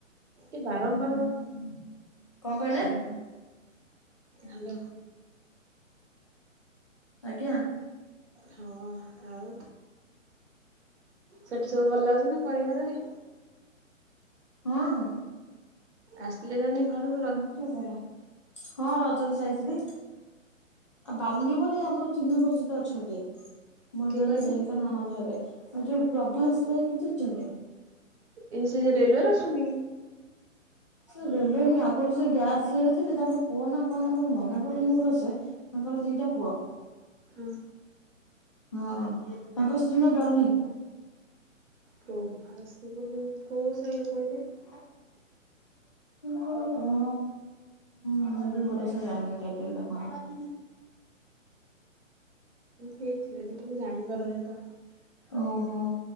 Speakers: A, on the right; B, on the left.
A: ଏ ବାରମ୍ବାର ହୁ
B: କଣ କହିଲେ?
A: ହ୍ୟାଲୋ
B: ଆଜ୍ଞା
A: ହଁ ଆଉ ସେଠି ସବୁ ଭଲ ଲାଗୁଛି ନା କରିବାରରେ
B: ହଁ
A: ଆସିଥିଲେ ତାନେ ଘରୁ
B: ମୋର ସବୁ ଭଲ ହଁ ରଜରେ ଯାଇଥିଲି ଆଉ ବାଲିବୁରି ଆମର ଚିହ୍ନା ପରିଚିତ ଅଛନ୍ତି ମୋର
A: କିଏ
B: ଜଣେ
A: କହିଲେ
B: ଦେଇ ନଣଦ ହେବେ ଆଉ ଯୋଉ ପ୍ରଭାସ ଭାଇକୁ ଚିହ୍ନିଛନ୍ତି
A: ଏ ସେ ଯଉ ରେଲୱରେ ଅଛନ୍ତି କି
B: ସେ ରେଲୱେ ନୁହେଁ ଆଗରୁ ସେ ଗ୍ୟାସ୍ ସିରେ ଥିଲେ ତାଙ୍କ ପୁଅ ନା କଣ ମୋର ମନେ ପଡୁନି ଭଲସେ ତାଙ୍କର ଦିଟା ପୁଅ
A: ହଁ
B: ହଁ ତାଙ୍କ ସ୍ତ୍ରୀ ନା ଡଲି
A: ପ୍ରଭାସ ବୋଲି ମାନେ କୋଉ ଶାହିରେ କହିଲେ
B: ହ <inaudible> <unintelligible> କଣ କଣ ମୁଁ ବି ଭଲସେ ଜାଣିନି ଟାଇଟେଲ ଟା କଣ।
A: ହେଇଥିବେ ଟିକ ମୁଁ ଜାଣିପାରୁନି ତ।
B: ଓହୋ